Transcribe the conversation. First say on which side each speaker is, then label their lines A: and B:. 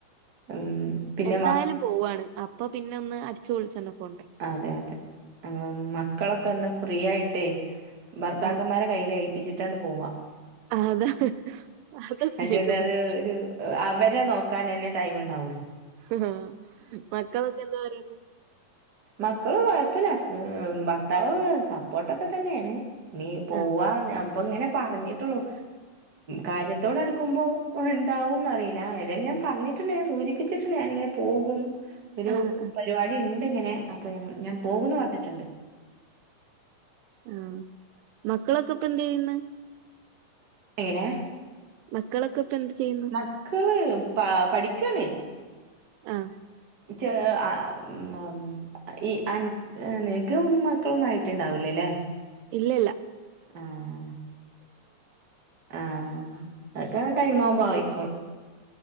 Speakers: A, on the right; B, on the right.
A: ഉം പിന്നെ
B: എന്തായാലും
A: മ
B: പോവാണ് അപ്പൊ പിന്നെ ഒന്ന് അടിച്ചു പൊളിച്ചു തന്നെ പോണ്ടേ
A: അതെ അതെ ഏഹ് മക്കളൊക്കെ ഒന്ന് ഫ്രീ ആയിട്ടേ ഭർത്താക്കന്മാരെ
B: ആ
A: കയ്യില് ഏൽപ്പിച്ചിട്ടാണ്ട് പോവാം
B: ആ, അതാ അതെന്തായാലും
A: മറ്റേത് അത്
B: ഒന്ന്.
A: ഒരു അവരെ നോക്കാനന്നെ ടൈം ഉണ്ടാവുള്ളൂ
B: ആഹ് മക്കളൊക്കെ എന്തോ പറയുന്ന്
A: മക്കള് കൊഴപ്പില്ല ഹസ് ഭർത്താവ് സപ്പോർട്ടൊക്കെ തന്നെയാണ് നീ പോവാ
B: ആ
A: അപ്പ ഇങ്ങനെ പറഞ്ഞിട്ടുള്ളു കാര്യത്തോടടുക്കുമ്പോ എന്താവുംന്ന് അറിയില്ല ഏതായാലും ഞാൻ പറഞ്ഞി പറഞ്ഞിട്ടുണ്ട് ഞാൻ സൂചിപ്പിച്ചിട്ടുണ്ട് ഞാനിങ്ങനെ പോകും ഒരു
B: ആ ആ ആ
A: പരിപാടി ഇണ്ട് ഇങ്ങനെ അപ്പൊ ഞങ്ങൾ ഞാൻ പോകൂന്ന് പറഞ്ഞിട്ടൊണ്ട്
B: ഉം മക്കളൊക്കെ ഇപ്പ എന്ത്‌ ചെയ്യ്ന്ന്
A: എങ്ങനേ
B: മക്കളൊക്കെ ഇപ്പൊ എന്ത്‌ ചെയ്യി
A: മക്കള് പ പഠിക്കാണ്.
B: ആഹ്
A: <unintelligible> ഈ നിനക്ക് മക്കളൊന്നും ആയിട്ടുണ്ടാവൂലല്ലേ.
B: ഇല്ലില്ല.
A: ആഹ് ആഹ് അതൊക്കെ ആ ടൈം ആകുമ്പോ ആയികൊളും.